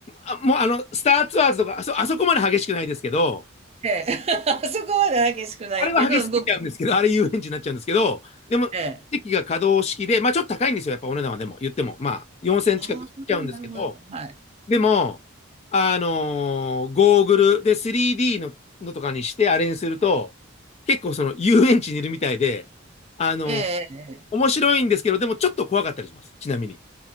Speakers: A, on the left; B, on the right.
A: あ、もう、あの、スターツアーズとか、あそ、あそこまで激しくないですけど、
B: ええ。<laughs> そこまで激しくないけど、
A: あれは激しすぎちゃうんですけど、
B: 動く。
A: あれ遊園地になっちゃうんですけど、でも、
B: ええ。
A: 席が可動式で、まあちょっと高いんですよ、やっぱお値段はでも、言っても、まあ4000近くしちゃうんですけど、
B: ああ、なるほど。はい。
A: でも、あのーゴーグルで 3D ののとかにしてあれにすると、結構その遊園地にいるみたいで、あのー
B: ええ。ええ
A: 面白いんですけど、でもちょっと怖かったりします、ちなみに。